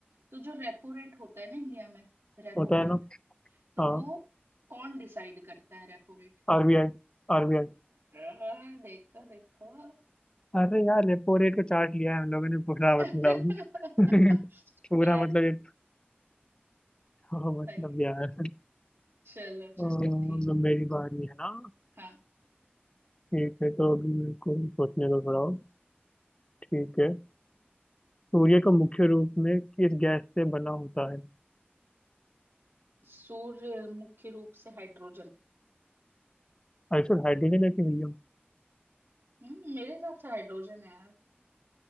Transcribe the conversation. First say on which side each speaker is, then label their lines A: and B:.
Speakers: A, on the right; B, on the left.
A: तो जो रेपो रेट होता है ना इंडिया में रेपो
B: होता
A: रेट
B: है ना
A: तो
B: हाँ
A: वो कौन डिसाइड करता है रेपो रेट
B: आरबीआई आरबीआई
A: आ, देखो देखो
B: अरे यार रेपो रेट को चार्ट लिया है हम लोगों ने पूरा
A: <laughs>
B: मतलब <laughs> पूरा
A: अ,
B: मतलब ये <laughs> हाँ, मतलब
A: सही है
B: यार
A: चलो
B: अ,
A: चलो
B: मतलब
A: ठीक है
B: मेरी बारी है ना
A: हाँ
B: ठीक है तो अभी मेरे को सोचने दो थोड़ा और। ठीक है सूर्य का मुख्य रूप में किस गैस से बना होता है
A: सूर्य मुख्य रूप से हाइड्रोजन
B: आइसो हाइड्रोजन है कि हीलियम
A: हम्म मेरे हिसाब से हाइड्रोजन है यार